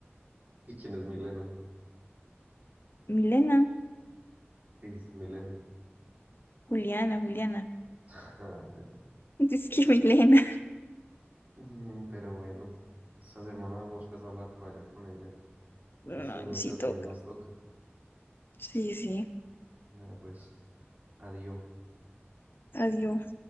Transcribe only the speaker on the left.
Milena.
Juliana, Juliana.
<laughs> Es que Milena.
Ay,
sí
toca.
Sí, sí.
Adiós.